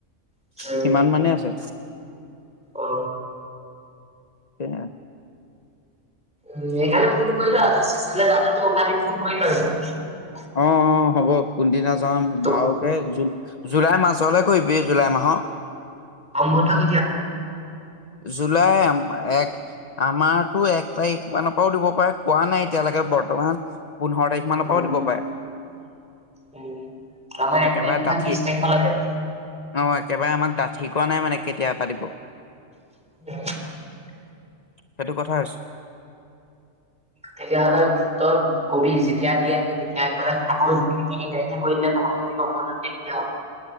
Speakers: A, in the centre; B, on the left.
A: উম
B: সিমান মানে আছে।
A: অ
B: তেয়া
A: উ এইকাৰণে ফোনটো কৰি ল, চেচালে যাবলেটো উলাই থাকি ফোন কৰি পাবি।
B: অ অ হ'ব কোনদিনা যাম
A: তোক
B: বাওকে জু জুলাই মাজলে কৰিবি জুুলাই মাহ
A: গৰম বন্ধ কেতিয়া?
B: জুলাই এম এক আমাৰতো এক তাৰিখ। ওৱান পাওঁ দিব পাৰে কোৱা নাই। এতিয়ালেকে বৰ্তমান পোন্ধৰ তাৰিখ মানৰ পৰাও
A: উ উ
B: দিব পাৰে
A: আমাৰ এক
B: একেবাৰে
A: তাৰিখ
B: ডাঠি
A: পৰা ত্ৰিছ তাৰিখলৈকে।
B: অ একেবাৰে আমাক ডাঠি কোৱা নাই মানে কেতিয়া পা দিব।
A: <unintelligible>
B: সেইটো কথা হৈছে।
A: তেতিয়াহলে তই কবি যেতিয়া দিয়ে তেতিয়া মানে সকল দুই তিনি তাৰিখে কৰি দিলে তহঁতৰ যদি গম পোৱাত দিগদাৰ হ'ব।